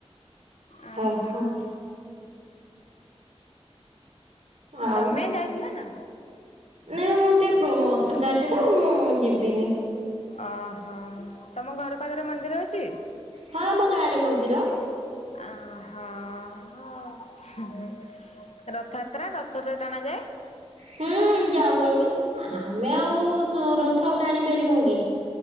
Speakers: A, on the left (about 80°); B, on the right (about 75°).
A: ଆଉ
B: ଓ ହୋ। ଆଉ
A: ତମେ ଯାଇଥିଲ ନା?
B: ନାଇଁଁ ନା ମୋ ପ୍ରୋ ଅସୁବିଧା ଅଛି ତ ମୁଁ-ଉ-ଉ ଯିବିନି।
A: ଓ ହଁ ତମ ଘର ପାଖରେ ମନ୍ଦିର ଅଛି?
B: ହଁ ଆମ ଗାଁରେ ମନ୍ଦିର।
A: ଆ ହଁ, ହଁ ରଥଯାତ୍ରା ରଥରେ ଟଣା ଯାଏ।
B: ହୁଁ, ହୁଁ, ଯାଉଆମେ। ଆମେ ଚ ଆଉ ର ଥ ଟାଣି ପାରିମୁକି?